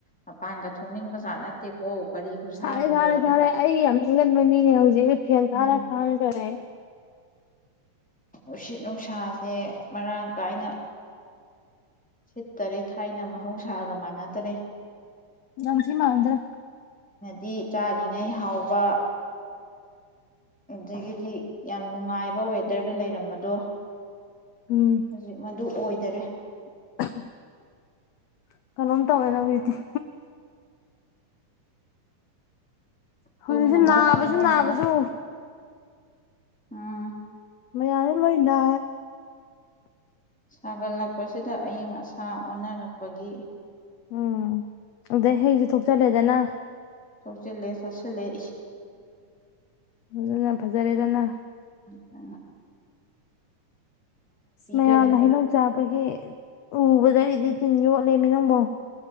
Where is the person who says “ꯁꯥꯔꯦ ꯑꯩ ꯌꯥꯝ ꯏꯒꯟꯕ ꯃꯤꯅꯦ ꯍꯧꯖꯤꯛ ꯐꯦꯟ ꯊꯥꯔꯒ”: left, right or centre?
Left